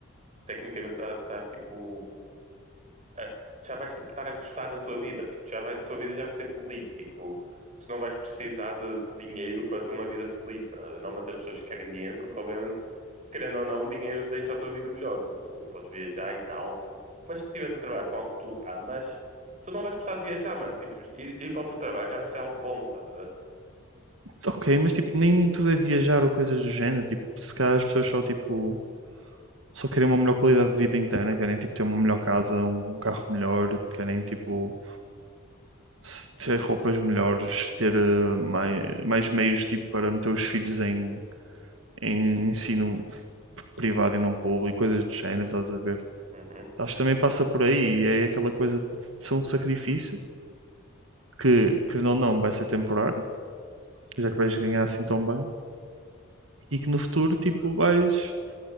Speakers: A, on the right; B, on the right.
A: tecnicamente, estar, tá, tá, tipo, ah, já vais tipo, estar a gostar da tua vida, tipo, já vai- a tua vida já vai ser feliz, tipo, tu não vais precisar de, de dinheiro para ter uma vida feliz, tá? Não matas as pessoas que querem dinheiro, porque obviamente, querendo ou não, dinheiro deixa a tua vida melhor, tipo, podes viajar e tal, mas se tu estiveres a trabalhar com algo que tu amas, tu não vais precisar de viajar, mano, tipo, ir, ir para o teu trabalho já vai ser algo bom, estás a ver?
B: Ok, mas tipo, nem, nem tudo é viajar ou coisas do género. Tipo, se calhar as pessoas só tipo, só querem uma melhor qualidade de vida interna, querem tipo ter uma melhor casa, um carro melhor, querem tipo se- ter roupas melhores, ter eh, mai- mais, meios tipo, para meter os filhos em, em ensino privado e não público, coisas do género, estás a ver?
A: Uhum.
B: Acho que também passa por aí e é aquela coisa de ser um sacrifício que, que não, não, vai ser temporário, já que vais ganhar assim tão bem, e que no futuro, tipo, vais,